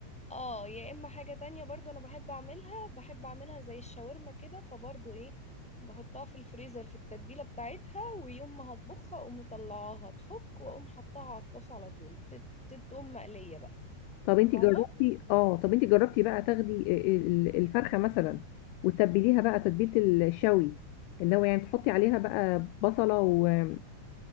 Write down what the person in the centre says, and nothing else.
اه يا اما حاجة تانية برضو انا بحب اعملها بحب اعملها زي الشاورما كده فبرضو ايه بحطها في الفريزر في التتبيلة بتاعتها ويوم ما هطبخها اقوم مطلعاها تفك واقوم حطها على الطاسة على طول تت- تتقوم مقلية بقى
فاهمة